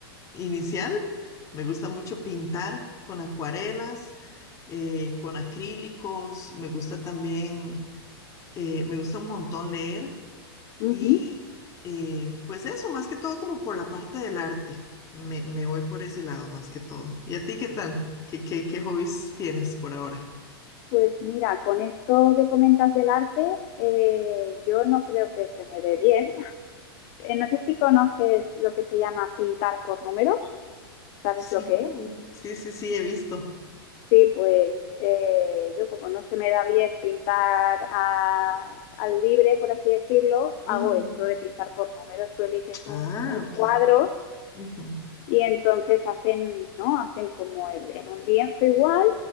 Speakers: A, on the left; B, on the left.
A: inicial. Me gusta mucho pintar con acuarelas, eh, con acrílicos, me gusta también Eh, me gusta un montón leer
B: Ujú.
A: y eh, pues eso, más que todo como por la parte del arte. Me, me voy por ese lado más que todo. ¿Y a ti qué tal? ¿Qué, qué, qué hobbies tienes por ahora?
B: Pues mira, con esto que comentas del arte, eh, yo no creo que se me dé bien. Eh, no sé si conoces lo que se llama pintar por números, ¿sabes
A: Sí,
B: lo que es?
A: sí, sí, sí, he visto.
B: Sí, pues eh, yo como no se me da bien pintar a- al libre, por así decirlo, hago
A: Ujú.
B: esto de pintar por números. Tú eliges
A: Ah,
B: un, un
A: ok.
B: cuadro
A: Ujú,
B: Y entonces hacen, ¿no? Hacen como el, en un lienzo igual